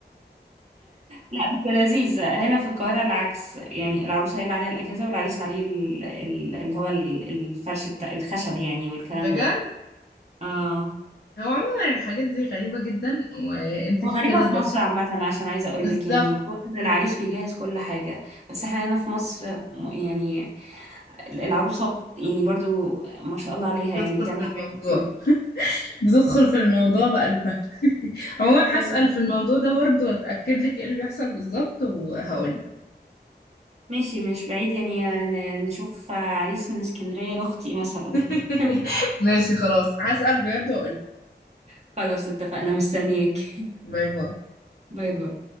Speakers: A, on the right (about 35°); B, on the left (about 65°).
A: لا بس لذيذ هنا في القاهرة العكس يعني العروسة هي اللي عليها الأجهزة والعريس عليه ال- ال- اللي هو ال- الفرش بتاع الخشب يعني والكلام
B: <laughs> بجد
A: ده اه
B: هو عموما الحاجات دي غريبة جدا وانت
A: وغريبة
B: كده
A: في
B: ب-
A: مصر عامة عشان عايزة أقول
B: بالظبط
A: لك يعني المفروض إن العريس بيجهز كل حاجة بس إحنا هنا في مصر م- يعني العروسة يعني برضو ما شاء الله عليها
B: تدخل
A: يعني بتعمل
B: في
A: حاجات
B: الموضوع
A: كتير
B: بتدخل في الموضوع بقلبها <laughs> عموما
A: اه
B: هسأل
A: والله
B: في الموضوع ده برضه واتأكد لك ايه اللي بيحصل بالظبط وهقول
A: ماشي مش بعيد يعني ن- نشوف عريس من اسكندرية لأختي مثلا <laughs>
B: <laughs> ماشي خلاص هسأل بجد وهقول لك.
A: خلاص اتفقنا مستنياك <laughs>
B: باي باي
A: باي باي